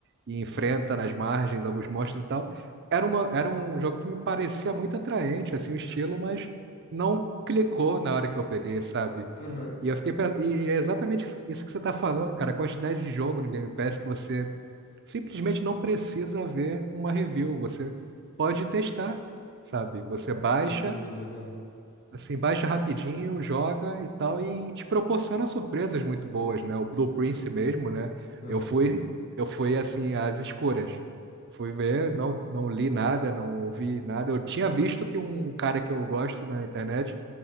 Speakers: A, on the right (about 50°); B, on the left (about 45°).
A: e enfrenta nas margens alguns monstros e tal. Era uma, era um jogo que me parecia muito atraente, assim, o estilo, mas não clicou na hora que eu peguei, sabe?
B: Aham.
A: E eu fiquei, pe- e é exatamente isso que você tá falando, cara, a quantidade de jogo no Game Pass que você simplesmente não precisa ver uma review, você pode testar, sabe? Você
B: Cara,
A: baixa
B: isso é muito legal.
A: Assim, baixa rapidinho, joga e tal, e te proporciona surpresas muito boas, né? O Blue Prince mesmo, né?
B: Aham.
A: Eu fui, eu fui assim, às escuras. Fui ver, não, não li nada, não ouvi nada. Eu tinha visto que um cara que eu gosto na internet,